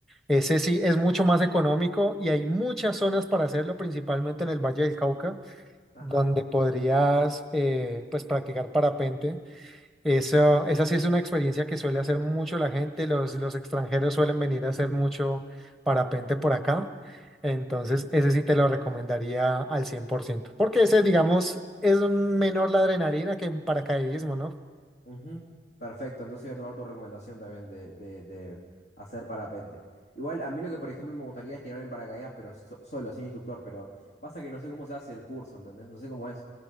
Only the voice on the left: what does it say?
Ajá.
ujú. Perfecto, entonces voy a tomar tu recomendación también de, de, de hacer parapente. Igual, a mí lo que, por ejemplo, me gustaría es tirar en paracaídas, pero so- solo, sin instructor, pero pasa que no sé cómo se hace el curso, ¿entendés? No sé cómo es,